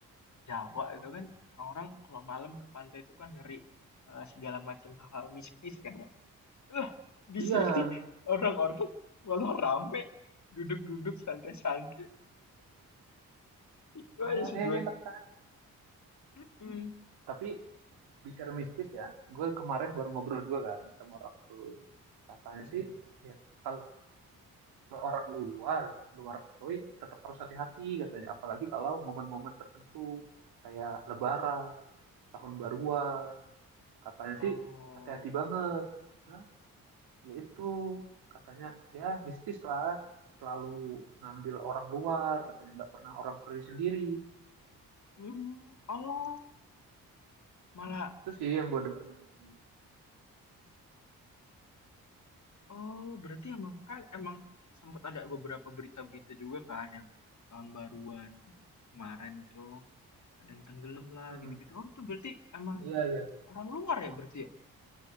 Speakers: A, on the left (about 50°); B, on the right (about 85°).
A: Jawa itu kan orang-orang kalau malam ke pantai itu kan ngeri eh, segala macam hal-hal mistis kan ya. Lah, di
B: iya
A: sini <laughs>
B: bener.
A: orang-orang malah rame duduk-duduk santai-santai. Itu
B: malah
A: aja sih
B: enak
A: gue.
B: kan
A: Mm-mm.
B: tapi bicara mistis ya gue kemarin baru ngobrol juga kan sama orang Krui katanya
A: Mm-mm.
B: sih ya kalau orang luar luar Krui tetap harus hati-hati katanya apalagi kalau momen-momen tertentu kayak Lebaran tahun baruan katanya
A: Oh.
B: sih hati-hati banget karena yaitu katanya ya mistis lah selalu ngambil orang luar katanya nggak pernah orang pergi sendiri
A: Mm, oh, malah
B: itu sih yang gue dengar umumnya.
A: Oh, berarti emang kan emang sempat ada beberapa berita-berita juga kan yang tahun baruan kemarin itu ada yang tenggelam lah
B: Mm-mm.
A: gitu-gitu. Oh, itu berarti emang
B: Iya, iya.
A: orang luar ya berarti ya?